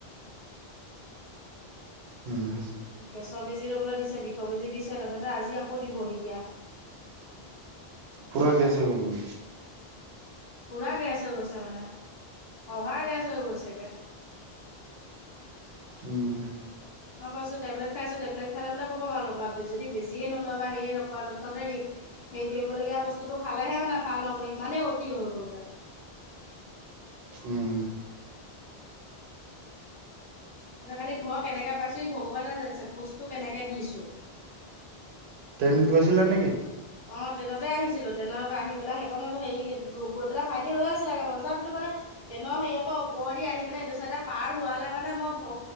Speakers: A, on the right; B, on the left.
A: উম,
B: গেছৰ বেজি ল'বলে দিছে বিষৰ বেজি দিছে তাৰপছতে আজি আকৌ দিবহি এতিয়া।
A: পুৰা গেছ হৈ গ'ল।
B: পুৰা গেছ হৈ গৈছে মানে অভাৰ গেছ হৈ গৈছেগে <inaudible>
A: উম
B: মই কৈছো টেবলেত খাইছো টেবলে খালে বোলে কৰ পৰা ভাল পাবা যদি বেজিয়ে নলোৱা বা সেয়ে নকৰা ততখন্তে ৰিৰ হেৰি কৰিবলগীয়া বস্তুটো খালেহে মানে ভাল হ'ব ইমানেই অতি হৈ গলগৈ।
A: উম
B: কালি ঘৰ কেনেকে পাইছো ভগৱানে জানিছে খোজটো কেনেকে দিছো।
A: ট্ৰেনত গছিলা নেকি?
B: অ, ট্ৰেইনতে আহিছিলো ট্ৰেইনত আহি পেলাই সেইকনত হেৰি গৈ পেলাই ভাইটি ৰৈ আছিলে তথাপিতো <unintelligible> ট্ৰেইনৰ সেয়াৰ পৰা ওপৰ দি আহি পেলাই এইটো চাইডে পাৰ হোৱালে মানে মই